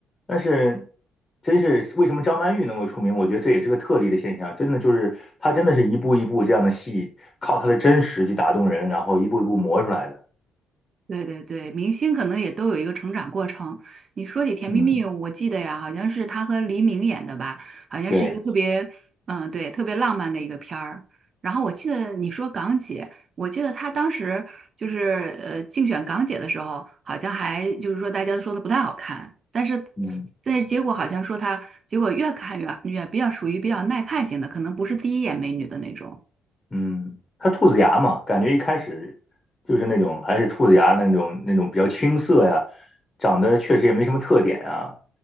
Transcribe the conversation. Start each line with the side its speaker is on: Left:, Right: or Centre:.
Left: 但是，真是为什么张曼玉能够出名？我觉得这也是个特例的现象，真的就是她真的是一步一步这样的戏，靠她的真实去打动人，然后一步一步磨出来的。
Right: 对对对，明星可能也都有一个成长过程。你说起《甜蜜蜜》，
Left: 嗯，
Right: 我记得呀，好像是他和黎明演的吧，好像是一个特别，
Left: 对，
Right: 嗯，对，特别浪漫的一个片儿。然后我记得你说港姐，我记得她当时就是呃竞选港姐的时候，好像还就是说大家都说的不太好看，但是
Left: 嗯。
Right: 但是结果好像说她结果越看越越比较属于比较耐看型的，可能不是第一眼美女的那种。
Left: 嗯，他兔子牙嘛，感觉一开始就是那种还是兔子牙那种那种比较青涩呀，长得确实也没什么特点啊。